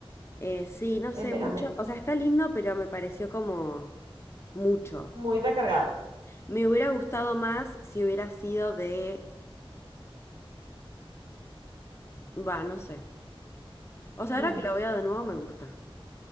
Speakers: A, on the left (about 25°); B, on the right (about 65°).
A: Eh, sí, no
B: el
A: sé,
B: de
A: mucho,
B: la Met.
A: o sea, está lindo, pero me pareció como mucho.
B: Muy recargado.
A: Me hubiera gustado más si hubiera sido de Va, no sé. O sea,
B: Mm,
A: ahora que lo veo de nuevo me gusta.